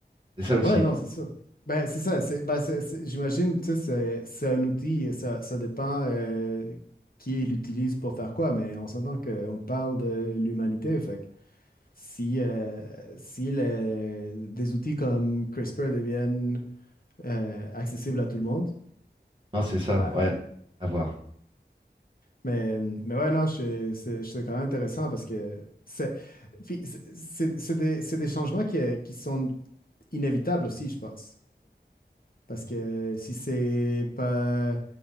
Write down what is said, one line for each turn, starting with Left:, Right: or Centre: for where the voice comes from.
Right: C'est ça aussi.
Left: Ouais, non, c'est sûr. Ben, c'est ça. c'est- ben, c'est- c'est- j'imagine, tu sais, c'est c'est un outil et ça, ça dépend euh, qui l'utilise pour faire quoi, mais on s'entend qu'on parle de l'humanité. Fait que si, euh, si le- des outils comme CRISPR deviennent euh, accessibles à tout le monde,
Right: Non, c'est ça,
Left: ben,
Right: ouais, à voir.
Left: mais, mais ouais, non, je- c'est c'est quand même intéressant parce que c'est puis c'est c'est- c'est des, c'est des changements qui, qui sont inévitables aussi, je pense. Parce que si c'est pas